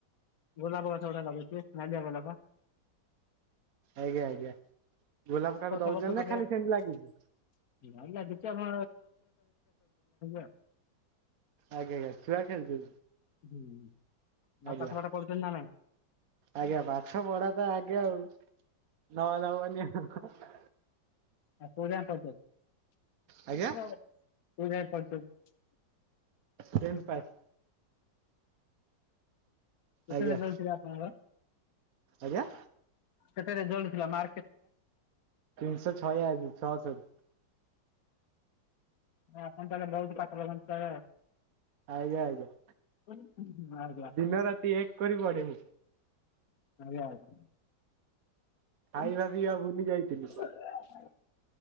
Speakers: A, on the left; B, on the right.
A: ଗୋଲାପ ଗଛ ଗୋଟା ଲଗେଇଛୁ। ନାଳିଆ ଗୋଲାପ।
B: ଆଜ୍ଞା ଆଜ୍ଞା। ଗୋଲାପ କାହାକୁ
A: ଏ ଗଛ
B: ଦଉଛନ୍ତି
A: ଫଛ
B: ନା
A: ଲଗେଇବା।
B: ଖାଲି ସେମିତି ଲାଗିଛି?
A: <unintelligible>
B: ଆଜ୍ଞା ଆଜ୍ଞା ଛୁଆ ଖେଳୁଛନ୍ତି।
A: ହୁଁ। ଆଉ
B: ଆଜ୍ଞା
A: ପାଠ ପାଠ ପଢୁଛନ୍ତି ନା ନାଇଁ
B: ଆଜ୍ଞା ପାଠ ପଢା ତ ଆଗେ ଆଉ। ନହେଲେ ହବନି ହାଃ ହାଃ।
A: ଆଉ କୋଉଯାଏ ପଢ଼ିଛନ୍ତି
B: ଆଜ୍ଞା
A: କୋଉଯାଏ ପଢ଼ିଛନ୍ତି।
B: ଟେନ୍ଥ
A: <unintelligible>
B: ପାସ୍
A: କେତେ
B: ଆଜ୍ଞା
A: ରେଜାଲ୍ଟ ଥିଲା ଆପଣଙ୍କର।
B: ଆଜ୍ଞା।
A: କେତେ ରେଜଲ୍ଟ ଥିଲା ମା
B: ତିନିଶହ ଛୟା ଅଶି ଛଅ ଶହରୁ।
A: ଆପଣ ତାହଲେ ବହୁତ ପାଠ ପଢ଼ନ୍ତି ତାହେଲେ।
B: ଆଜ୍ଞା ଆଜ୍ଞା।
A: <unintelligible> ଆଜ୍ଞା।
B: ଦିନ
A: <unintelligible>
B: ରାତି ଏକ କରି ପଢେ ମୁଁ
A: ଆଜ୍ଞା ଆଜ୍ଞା। <inaudible>
B: ଖାଇବା
A: ତ
B: ପିଇବା ଭୁଲି ଯାଇଥିଲି।
A: ଆଉ